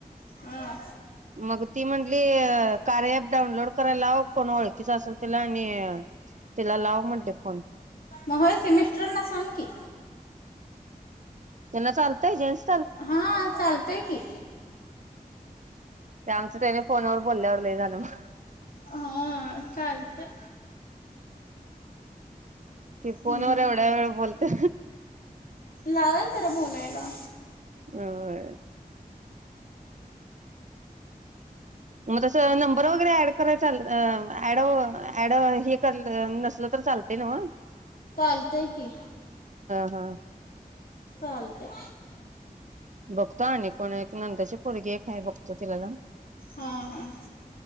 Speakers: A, on the left (about 70°); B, on the right (about 55°).
A: हा
B: मग ती म्हंटली कार्या ॲप डाउनलोड करायला लाव. कोण ओळ कीच असेल तिला आणि तिला लाव म्हंटली फोन.
A: होय की मिस्टरना सांग की.
B: त्यांना चालतंय जेन्स
A: हा चालतंय की.
B: ते आमचं त्याने फोनवर बोलल्यावर लै झालं मग.
A: हा चालतंय.
B: कि फोन
A: हम्म
B: वर एवढ्या वेळ बोलत्या
A: लावायच जरा बोलायला.
B: होय. मग त्याच्या नंबरवर ऍड करायचा अ ऍड ऍड हे करल नसल तर चालत न्हव?
A: चालतय की
B: हा
A: चालतय
B: बघतो आणि कोण हाय एक नंदची पोरगी एक हाय बघतो तिला जाऊन.
A: हा हा